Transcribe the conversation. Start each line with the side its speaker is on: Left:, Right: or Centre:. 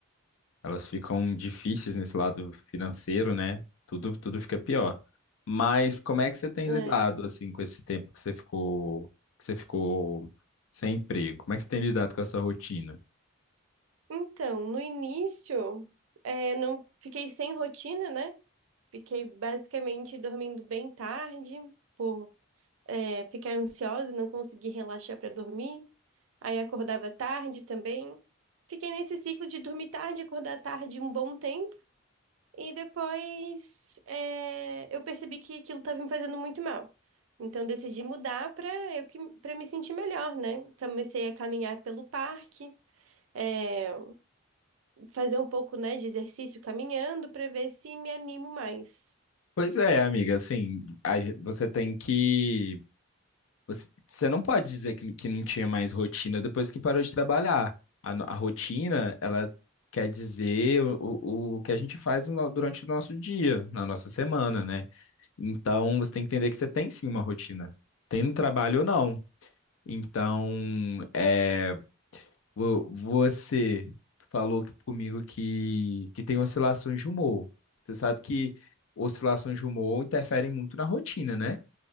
Left: elas ficam difíceis nesse lado financeiro, né? Tudo, tudo fica pior. Mas como é que você tem lidado,
Right: É.
Left: assim, com esse tempo que você ficou, que você ficou sem emprego? Como é que você tem lidado com essa rotina?
Right: Então, no início, é, eu não fiquei sem rotina, né? Fiquei basicamente dormindo bem tarde, por é, ficar ansiosa e não conseguir relaxar para dormir. Aí acordava tarde também. Fiquei nesse ciclo de dormir tarde, acordar tarde um bom tempo. E depois é, eu percebi que aquilo estava me fazendo muito mal. Então decidi mudar para eu que para me sentir melhor, né? Comecei a caminhar pelo parque, é, fazer um pouco, né, de exercício caminhando para ver se me animo mais.
Left: Pois é, amiga, assim, a você tem que. Você, você não pode dizer que, que não tinha mais rotina depois que parou de trabalhar. A, no- a rotina, ela quer dizer o, o, o que a gente faz no- durante o nosso dia, na nossa semana, né? Então, você tem que entender que você tem sim uma rotina, tem no trabalho ou não. Então, eh, Vo- Você falou que- comigo que, que tem oscilações de humor. Você sabe que oscilações de humor interferem muito na rotina, né?